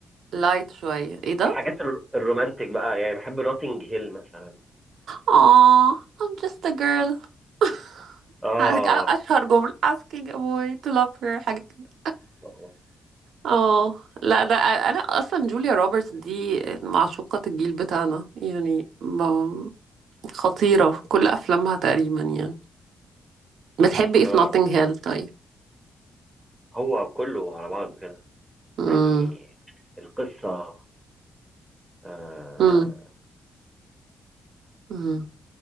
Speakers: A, on the right; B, in the centre.
A: لايت شويه ايه ده
B: الحاجات الر- الرومانتك بقى يعني بحب نوتنج هيل مثلا
A: اه I'm just a girl <laughs>
B: اه
A: اشهر جمله asking a boy to love her حاجه كده
B: آه.
A: اه لا ده انا اصلا جوليا روبرتس دي معشوقة الجيل بتاعنا يعني ب- خطيرة في كل افلامها تقريبا يعني بتحبي ايه
B: آه.
A: في نوتنج هيل طيب
B: هو كله على بعضه كده
A: امم
B: يعني القصة آه
A: امم امم